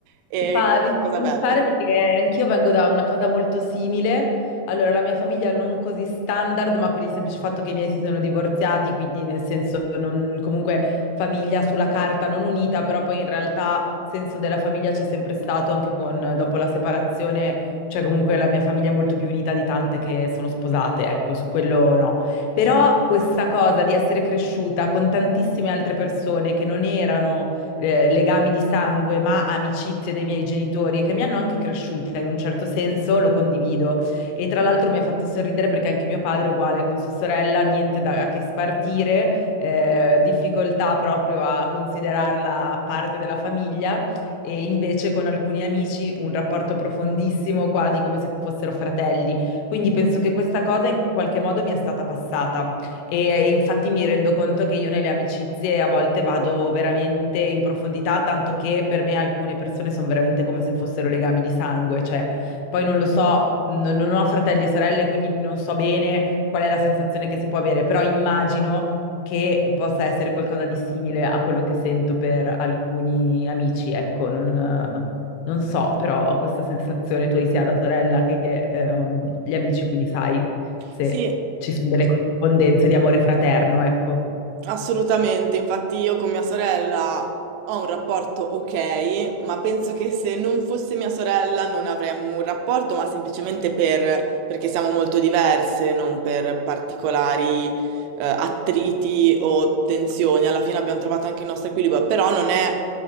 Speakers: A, on the right; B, on the left.
A: e
B: Mi fa,
A: questa
B: mi
A: è
B: fa
A: una cosa
B: pensare
A: bella.
B: perché anch'io vengo da una cosa molto simile. Allora, la mia famiglia non così standard, ma per il semplice fatto che i miei si sono divorziati, quindi nel senso non- comunque famiglia sulla carta non unita, però poi in realtà senso della famiglia c'è sempre stato anche con, dopo la separazione, cioè comunque la mia famiglia è molto più unita di tante che sono sposate, ecco, su quello no. Però questa cosa di essere cresciuta con tantissime altre persone che non erano eh, legami di sangue, ma amicizie dei miei genitori che mi hanno anche cresciuta in un certo senso, lo condivido. E tra l'altro mi ha fatto sorridere perché anche mio padre, uguale con sua sorella, niente da che spartire, eh, difficoltà proprio a considerarla parte della famiglia. E invece con alcuni amici un rapporto profondissimo, quasi come se fossero fratelli. Quindi penso che questa cosa in qualche modo mi è stata passata. E eh, infatti mi rendo conto che io nelle amicizie a volte vado veramente in profondità, tanto che per me alcune persone sono veramente come se fossero legami di sangue, cioè poi non lo so, non non ho fratelli e sorelle, quindi non so bene qual è la sensazione che si può avere, però immagino che possa essere qualcosa di simile a quello che sento per alcuni amici, ecco, non, non so, però ho questa sensazione tu hai sia la sorella che ehm, gli amici, quindi sai se
A: Sì,
B: ci sono delle corrispondenze di amore fraterno, ecco.
A: Assolutamente, infatti io con mia sorella ho un rapporto ok, ma penso che se non fosse mia sorella non avremmo un rapporto, ma semplicemente per- perché siamo molto diverse, non per particolari eh, attriti o tensioni. Alla fine abbiamo trovato anche il nostro equilibrio, però non è